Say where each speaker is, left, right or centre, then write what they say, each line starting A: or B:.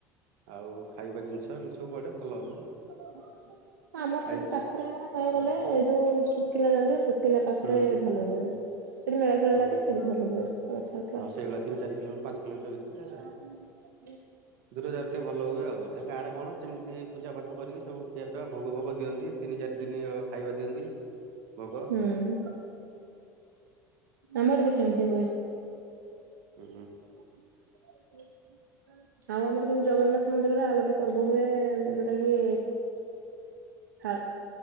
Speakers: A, on the right; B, on the right.
A: ଆଉ ଖାଇବା ଜିନିଷ ଏମିତି ସବୁ ପଡ଼େ ଭଲ ହୁଏ।
B: <unintelligible> ଆମର
A: ଆଇ
B: ସେମିତି ପାଖରେ କହିବାକୁ
A: ହୁଁ
B: ଗଲେ ଏ ଯୋଉ ସୁକିନ୍ଦା ଯାଆନ୍ତି ସୁକିନ୍ଦା ପାଖରେ
A: ହୁଁ
B: ଭଲ ହୁଏ। ସେଠି ମେଳା ଫେଳା
A: ହୁଁ
B: ଲାଗେ
A: ହୁଁ
B: ସେଠି ଭଲ ହୁଏ ରଥଯାତ୍ରା।
A: ହଁ ସେଇଭଳିଆ ତିନି ଚାରି କିଲୋମିଟର ପାଞ୍ଚ କିଲୋମିଟର ଭିତରେ ଦୂର ଯାଗାରେ ଟିକେ ଭଲ ହୁଏ ଆଉ ଏଇଟା କାହାର କଣ ସେମିତି ପୂଜା ପାଠ କରିକି ସବୁ ଖିଆ ପିଇବା ଭୋଗ ଭୋଗ ଦିଅନ୍ତି ତିନି ଚାରି ଦିନ ଖାଇବା ଦିଅନ୍ତି। ଭୋଗୋ।
B: ହୁଁ ଆମର ବି ସେମିତି ହୁଏ।
A: ହୁଁ
B: <inaudible> ଆଉ ଆମର କେମତି ଜଗନ୍ନାଥ ମନ୍ଦିରର ଆଉ ଗୋଟେ ପର୍ବ ହୁଏ ଯୋଉଟା କି ଏ ହା